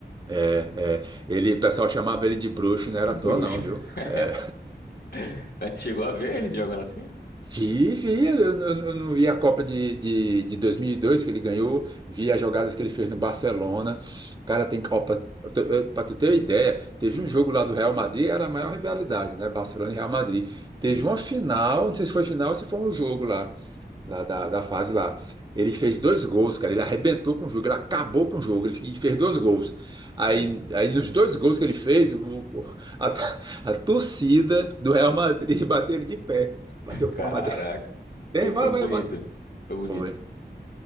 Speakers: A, on the right; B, on the left.
A: É, é. Ele, o pessoal chamava ele de bruxo, não era
B: Um
A: à toa,
B: grucho.
A: não, viu?
B: <laughs>
A: É.
B: Mas tu chegou a ver eles jogando assim?
A: Vi, vi, eu, eu- eu não vi a Copa de, de, de 2002 que ele ganhou, vi as jogadas que ele fez no Barcelona. Cara, tem Copa. Para tu ter uma ideia, teve
B: Hum,
A: um jogo lá do Real Madrid, era a maior rivalidade, né? Barcelona e Real Madrid. Teve
B: sim,
A: uma final, não sei se foi final ou se foi um jogo lá, lá da, da fase lá. Ele fez dois gols, cara, ele arrebentou com o jogo, ele acabou com o jogo, ele e fez dois gols. Aí,
B: foi.
A: aí nos dois gols que ele fez, o- o- a, <laughs> a torcida do Real Madrid <laughs> bateu ele de pé. Bateu
B: Caraca.
A: palma tem,
B: Eu-
A: vai,
B: Foi um
A: vai,
B: bonito.
A: bota.
B: Foi bonito.
A: Foi.